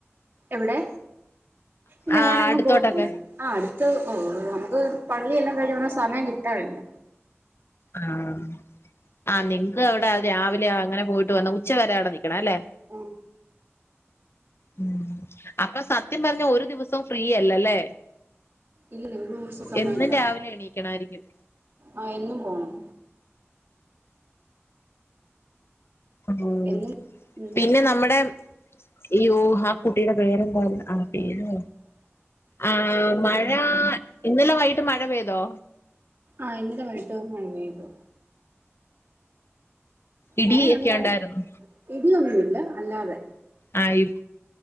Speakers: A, on the right; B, on the left.
A: എവിടെ? ഇല്ല
B: ആഹ്
A: ഞാനെങ്ങും
B: അടുത്തോട്ടൊക്കെ
A: പോകത്തില്ല, ആ അടുത്ത് ഓ നമുക്ക് പള്ളിയെല്ലാം കഴിഞ്ഞ് വന്നാ സമയം കിട്ടാറില്ല
B: ആഹ് ആഹ് നിൻക്ക് അവ്ടെ അത് രാവിലെ ആ അങ്ങനെ പോയിട്ട് വന്ന് ഉച്ച വരെ അവിടെ നി ക്ക്ണാല്ലേ?
A: ഉം
B: ഉം അപ്പം സത്യം പർഞ്ഞ ഒരു ദിവസോം ഫ്രീയല്ലല്ലേ
A: ഇല്ല ഒരു ദിവസം സമയമില്ല
B: എന്നും രാവിലെ എണീക്കണായ്രിക്കും
A: ആഹ് എന്നും പോണം
B: ഉം
A: എന്നും ഉം
B: പിന്നെ നമ്മടെ യ്യോ ആ കുട്ടീടെ പേരെന്താ ആ പേര് ആഹ് മഴാ ഇന്നലെ വൈകിട്ട് മഴ പെയ്തോ?
A: ആഹ് ഇന്നലെ വയ്കിട്ട് മഴ പെയ്തു.
B: ഇടിയൊക്കെ
A: മഴ ഒണ്ടാര്
B: ഉണ്ടായിരുന്നു
A: ഇടിയൊന്നു ല്ല അല്ലാതെ
B: ആഹ് ഇവ്